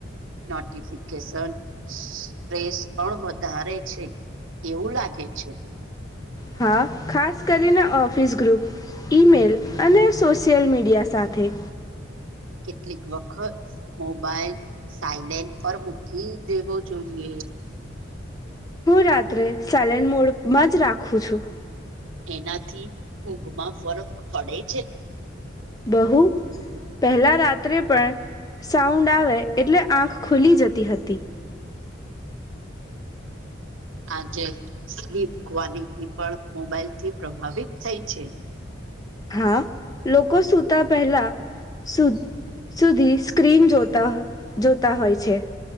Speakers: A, on the right (about 80°); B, on the left (about 20°).
A: નોટિફિકેશન સસ સ્ટ્રેસ પણ વધારે છે. એવું લાગે છે.
B: હા ખાસ કરીને ઓફિસ ગ્રુપ. ઇમેલ અને સોશિયલ મીડિયા સાથે.
A: કેટલીક વખત મોબાઈલ સાયલેન્ટ પર મૂકી દેવો જોઈએ.
B: હું રાત્રે સાયલેન્ટ મોડમાં જ રાખું છું.
A: એનાથી ઊંઘમાં ફરક પડે છે.
B: બહુ. પહેલાં રાત્રે પણ સાઉન્ડ આવે એટલે આંખ ખુલી જતી હતી.
A: આજે સ્લીપ ક્વલિટી પણ મોબાઈલ થી પ્રભાવિત થઈ છે.
B: હા લોકો સુતા પેલા સુ સુધી સ્ક્રીન જોતા જોતા હોય છે.